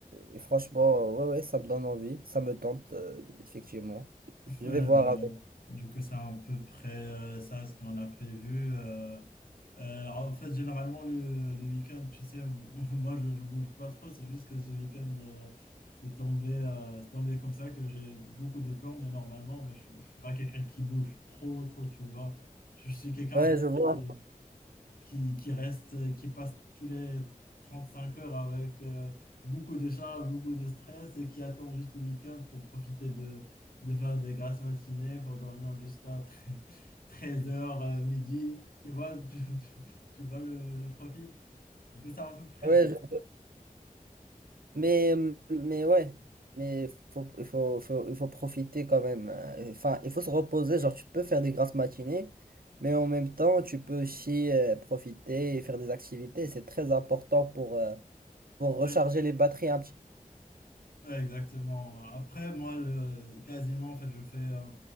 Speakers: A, on the right; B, on the left.
A: et- et franchement, ouais, ouais, ça me donne envie, ça me tente, euh, effectivement.
B: <laughs>
A: Je
B: Ouais,
A: vais voir
B: voilà.
A: avec.
B: Du coup, c'est à peu près euh, ça ce qu'on a prévu. Euh, euh, en fait, généralement, le, le week-end, tu sais, <laughs> moi, je, je bouge pas trop. C'est juste que ce week-end, euh, c'est tombé, euh, c'est tombé comme ça que j'ai beaucoup de plans. Mais normalement, moi, je, suis- je suis pas quelqu'un qui bouge trop, trop, tu vois. Je suis quelqu'un,
A: Ouais,
B: en fait,
A: je vois.
B: qui, qui, qui reste, qui passe tous les 35 heures avec euh, beaucoup de charges, beaucoup de stress et qui attend juste le week-end pour profiter de, de faire des grasses matinées, pour dormir jusqu'à <laughs> 13 heures, euh, midi. Tu vois, tu, tu- tu vois le, le profil. Du coup, c'est à peu près
A: Ouais,
B: ça.
A: je- Mais, mais ouais, mais faut, il faut, faut- il faut profiter quand même. euh, Enfin, il faut se reposer. Genre, tu peux faire des grasses matinées, mais en même temps, tu peux aussi euh, profiter et faire des activités. C'est très important pour, euh, pour recharger
B: Ouais,
A: les batteries un petit
B: Ouais, exactement. Après, moi, le- quasiment, en fait, je fais euh,